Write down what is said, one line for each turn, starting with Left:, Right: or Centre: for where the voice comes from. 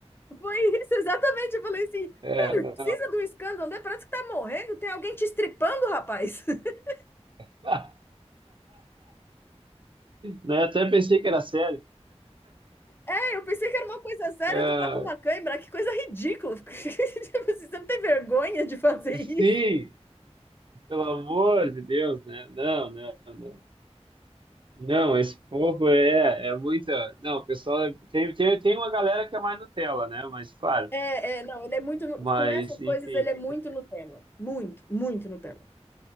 Left: <laughs> Foi isso, exatamente. Eu falei assim,
Right: É,
Left: cara,
Right: não.
Left: precisa do escândalo, né? Parece que tá morrendo, tem alguém te estripando, rapaz. <laughs>
Right: <laughs> Né, Até pensei que era sério.
Left: É, eu pensei que era uma coisa séria,
Right: Ah,
Left: tu tá com uma cãibra, que coisa ridícula. <laughs> Tipo assim, Você não tem vergonha de fazer
Right: sim,
Left: isso?
Right: pelo amor de Deus, né? Não, não, não. Não, esse povo é, é muita. Não, o pessoal. é- Tem, tem, tem uma galera que é mais Nutella, né? Mas, claro.
Left: É, é, não, ele é muito, no-
Right: Mas,
Left: com essas coisas,
Right: enfim.
Left: ele é muito no tema Muito, muito Nutella.